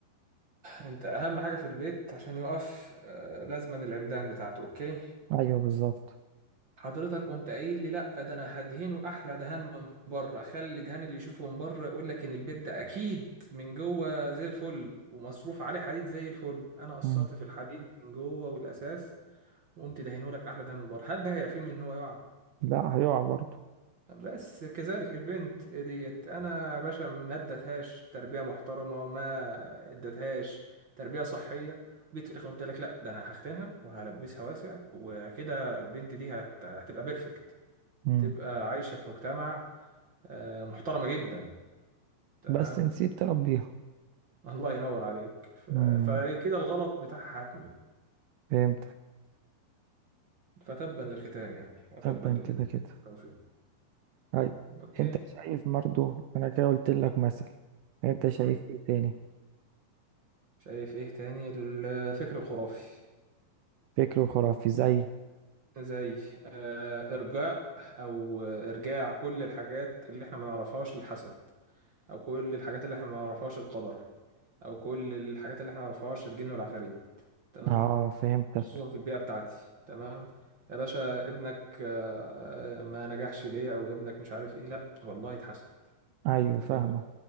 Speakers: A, on the right; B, on the right.
A: انت اهم حاجه في البيت عشان يقف آه، لازما العمدان بتاعته اوكي
B: ايوه بالظبط
A: حضرتك قمت قايل لي لا ده انا هدهنه احلى دهان من بره خلي دهان اللي يشوفه من بره يقول لك ان البيت ده اكيد من جوه زي الفل ومصروف عليه حديد زي الفل انا قصرت
B: مم.
A: في الحديد من جوه والاساس وقمت دهنه لك احلى دهان من بره هل ده هيعفيه من ان هو يقع
B: لا هيقع برضو
A: بس كذلك البنت ديت انا يا باشا ما ادتهاش تربيه محترمه ما ادتهاش تربيه صحيه وجيت في الاخر قلت لك لا ده انا هختنها وهلبسها واسع وكده البنت دي هت... هتبقى بيرفكت
B: مم.
A: تبقى عايشة في مجتمع آه، محترمة جدا تمام
B: بس نسيت تربيها
A: <laughs> الله ينور عليك ف-
B: مم.
A: فكده الغلط بتاعها حتمي
B: فهمتك
A: فتبا للختان يعني وتبا
B: طبعا
A: للكافرين
B: كده كده طيب
A: اوكي
B: انت شايف برضو انا كده قلت لك مثل انت شايف
A: مم.
B: ايه تاني
A: شايف ايه تاني الفكر الخرافي
B: فكر خرافي زي
A: زي آه، ارجاء او آه، ارجاع كل الحاجات اللي احنا ما نعرفهاش للحسد او كل الحاجات اللي احنا ما نعرفهاش القدر او كل الحاجات اللي احنا ما نعرفهاش الجن والعفاريت تمام
B: اه فهمتك
A: خصوصا في البيئة بتاعتي تمام يا باشا ابنك آه، ما نجحش ليه او ابنك مش عارف ايه لا والله اتحسد
B: ايوه
A: طب
B: فاهمة
A: يا باشا